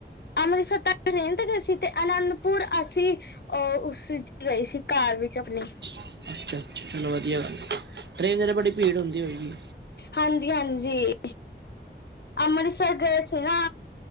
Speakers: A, on the left (about 65°); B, on the right (about 70°).
A: ਅੰਮ੍ਰਿਤਸਰ ਤਕ ਟ੍ਰੇਨ ਤੇ ਗਏ ਸੀ। ਤੇ ਅਨੰਦਪੁਰ ਅਸੀਂ ਅ ਉਸ ਵਿੱਚ ਗਏ ਸੀ ਕਾਰ। ਵਿੱਚ ਆਪਣੀ
B: ਅੱਛਾ, ਅੱਛਾ ਚਲੋ ਵਧੀਆ ਗੱਲ ਹੈ। ਟ੍ਰਰੇਨ ਚ ਬੜੀ ਭੀੜ ਹੁੰਦੀ ਹੋਏਗੀ।
A: ਹਾਂਜੀ- ਹਾਂਜੀ। ਅੰਮ੍ਰਿਤਸਰ ਗਏ ਸੀ ਨਾ,